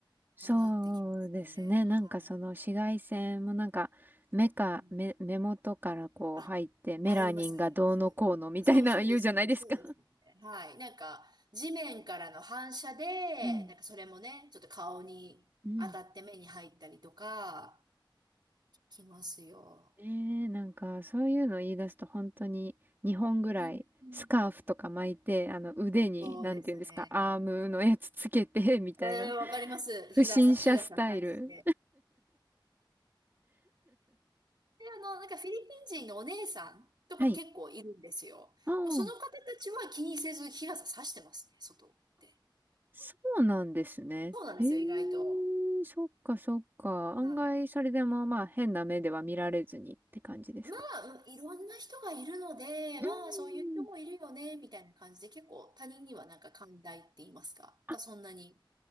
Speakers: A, on the right; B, on the right.
A: そうですね。
B: はなってきますよね。
A: なんかその紫外線もなんか目か目、
B: はい。うん
A: 目元からこう入ってメラニンがどうのこうのみたいな言うじゃないですか。
B: あ、入ります、入ります。そう、そうですよね、そうですよね。はい。なんか、地面からの反射で、
A: うん。
B: なんかそれもね、ちょっと顔に当たって目に入ったりとか、
A: うん。
B: きますよ。
A: えー、なんかそういうの言い出すと本当に2本ぐらいスカーフとか巻いてあの腕になんて言うんですかアームのやつつけてみたいな
B: うん。うんそうですね。えー、
A: <laughs>
B: わかります。
A: 不審者スタイル。
B: 日傘、日傘差して。で、あの、なんかフィリピン人のお姉さんとか結構いるんですよ。
A: はい。ああ、
B: もうその方たちは気にせず日傘差してますね、外って。
A: そうなんですね。
B: そうなんですよ、
A: えー、
B: 意外と。
A: そっかそっか。案外それでもまあ変な目では見られずにって感じですか。
B: はい。まあ、うんいろんな人がいるので、
A: うー
B: まあ、そういう人もいるよね、
A: ん。
B: みたいな感じで、結構他人にはなんか寛大って言いますか、
A: あ、
B: がそんなに